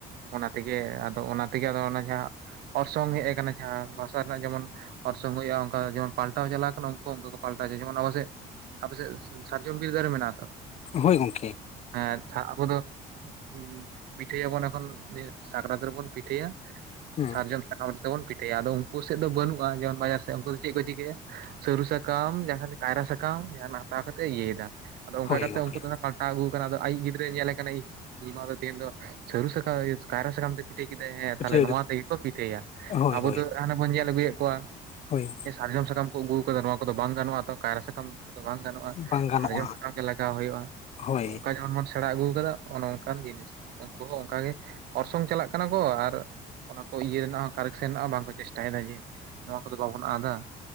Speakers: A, on the right; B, on the left.
A: ᱚᱱᱟ ᱛᱮᱜᱮ ᱟᱫᱚ ᱚᱱᱟ ᱛᱮᱜᱮ ᱟᱫᱚ ᱚᱱᱟ ᱡᱟᱦᱟᱸ ᱚᱨᱥᱚᱝ ᱦᱮᱡ ᱟᱠᱟᱱᱟ ᱡᱟᱦᱟᱸ ᱵᱟᱥ ᱛᱟᱨ ᱱᱟᱜ ᱡᱮᱢᱚᱱ ᱚᱨᱥᱚᱝ ᱦᱩᱭᱩᱜ-ᱟ ᱚᱝᱠᱟ ᱡᱮᱢᱚᱱ ᱯᱟᱞᱴᱟᱣ ᱪᱟᱞᱟᱣ ᱠᱟᱱᱟ ᱩᱱᱠᱩ ᱦᱚᱸ ᱚᱱᱠᱟ ᱠᱚ ᱯᱟᱞᱴᱟᱣ ᱪᱟ ᱡᱮᱢᱚᱱ ᱟᱵᱚ ᱥᱮᱫ, ᱟᱯᱮ ᱥᱮᱫ ᱥᱟᱨᱡᱚᱢ ᱵᱤᱨ ᱫᱟᱨᱮ ᱢᱮᱱᱟᱜ-ᱟ ᱛᱚ?
B: ᱦᱳᱭ ᱜᱚᱝᱠᱮ
A: ᱦᱮ, ᱪᱷᱟ ᱟᱵᱚ ᱫᱚ ᱦᱩᱸ ᱯᱤᱴᱷᱟᱹᱭᱟᱵᱚᱱ ᱮᱠᱷᱚᱱ ᱥᱟᱠᱨᱟᱛ ᱨᱮᱵᱚᱱ ᱯᱤᱴᱷᱟᱹᱭᱟ
B: ᱦᱮᱸ
A: ᱥᱟᱨᱡᱚᱢ ᱥᱟᱠ ᱛᱮᱵᱚᱱ ᱯᱤᱴᱷᱟᱹᱭᱟ ᱟᱫᱚ ᱩᱱᱠᱩ ᱥᱮᱜ ᱫᱚ ᱵᱟᱹᱱᱩᱜ-ᱟ, ᱡᱮᱢᱚᱱ ᱵᱟᱡᱟᱨ ᱥᱮᱜ ᱩᱱᱠᱩ ᱫᱚ ᱪᱮᱫ ᱠᱚ ᱪᱤᱠᱟᱹᱭᱟ? ᱥᱟᱹᱨᱩ ᱥᱟᱠᱟᱢ ᱡᱟᱦᱟᱸ ᱠᱟᱭᱨᱟ ᱥᱟᱠᱟᱢ ᱡᱟᱦᱟᱸᱟᱱᱟᱜ ᱦᱟᱛᱟᱣ ᱠᱟᱛᱮᱜ ᱮ ᱤᱭᱟᱹᱭ ᱫᱟ ᱟᱫᱚ ᱚᱝᱠᱟ
B: ᱦᱳᱭ
A: ᱠᱟᱛᱮ
B: ᱜᱚᱝᱠᱮ
A: ᱩᱱᱠᱩ ᱫᱚᱱᱟ ᱯᱟᱞᱴᱟᱣ ᱟᱹᱜᱩ ᱠᱟᱱᱟ ᱫᱚ ᱟᱭᱤᱡ ᱜᱤᱫᱽᱨᱟᱹ ᱧᱮᱞᱮ ᱠᱟᱱᱟᱭ ᱤᱷ ᱤᱧᱤᱜ ᱢᱟ ᱫᱚ ᱛᱮᱦᱮᱧ ᱫᱚ ᱥᱟᱹᱨᱩ ᱥᱟᱠᱟ ᱠᱟᱭᱨᱟ ᱥᱟᱠᱟᱢ ᱛᱮ ᱯᱤᱴᱷᱟᱹ ᱠᱮᱫᱟᱭ ᱦᱮᱸ
B: ᱯᱤᱴᱷᱟᱹ
A: ᱛᱟᱦᱞᱮ ᱱᱚᱣᱟ ᱛᱮᱜᱮᱠᱚ ᱯᱤᱴᱷᱟᱹᱭᱟ
B: ᱦᱳᱭ
A: ᱟᱵᱚ
B: ᱦᱳᱭ
A: ᱫᱚ ᱦᱟᱱᱮ ᱵᱚᱱ ᱧᱮᱞ ᱟᱹᱜᱩᱭᱮᱫ ᱠᱚᱣᱟ
B: ᱦᱳᱭ
A: ᱥᱟᱨᱡᱚᱢ ᱥᱟᱠᱟᱢ ᱠᱚ ᱟᱹᱜᱩᱣ ᱠᱟᱫᱟ ᱱᱚᱣᱟ ᱠᱚᱫᱚ ᱵᱟᱝ ᱜᱟᱱᱚᱜ-ᱟ ᱛᱚ ᱠᱟᱭᱨᱟ ᱥᱟᱠᱟᱢ ᱠᱟᱛᱚ ᱵᱟᱝ ᱜᱟᱱᱚᱜᱼᱟ,
B: ᱵᱟᱝ ᱜᱟᱱᱚᱜᱼᱟ
A: ᱥᱟᱨᱡᱚᱢ ᱥᱟᱠᱟᱢ ᱜᱮ ᱞᱟᱜᱟᱣ ᱦᱳᱭᱳᱜ-ᱟ
B: ᱦᱳᱭ
A: ᱟᱫᱚ ᱚᱱᱠᱟ ᱡᱮ ᱥᱮᱬᱟ ᱟᱹᱜᱩᱣ ᱠᱟᱫᱟ ᱚᱱᱮ ᱚᱱᱠᱟᱱ ᱡᱤᱱᱤᱥ, ᱩᱱᱠᱩ ᱦᱚᱸ ᱚᱝᱠᱟ ᱜᱮ ᱚᱨᱥᱚᱝ ᱪᱟᱞᱟᱜ ᱠᱟᱱᱟ ᱠᱚ ᱟᱨ ᱚᱱᱟ ᱠᱚ ᱤᱭᱟᱹ ᱨᱮᱱᱟᱜ ᱦᱚᱸ ᱠᱟᱨᱮᱠᱥᱮᱱ ᱨᱮᱱᱟᱜ ᱵᱟᱝ ᱠᱚ ᱪᱮᱥᱴᱟᱭᱫᱟ ᱡᱮ ᱱᱚᱣᱟ ᱠᱚᱫᱚ ᱵᱟᱵᱚᱱ ᱟᱫᱟ-